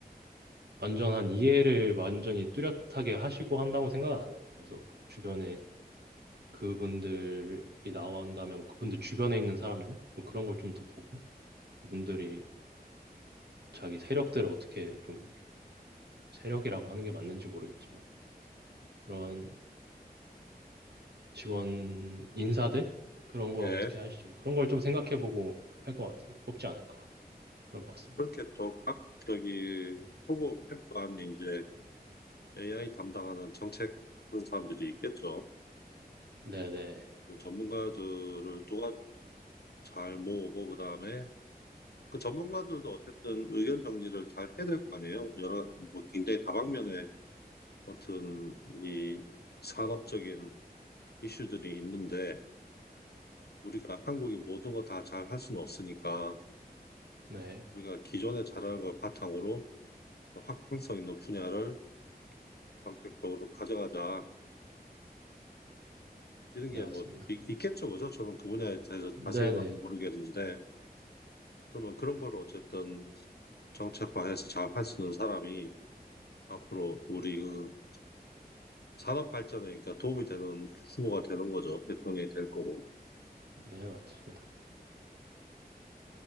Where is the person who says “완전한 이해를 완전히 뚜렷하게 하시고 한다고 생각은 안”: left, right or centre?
Right